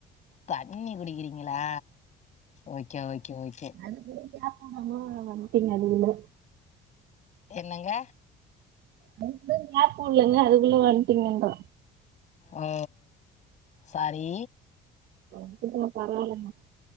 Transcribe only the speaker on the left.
தண்ணி குடிக்கிறீங்களா ஓகே ஓகே ஓகே
என்னங்க
ஓ சாரி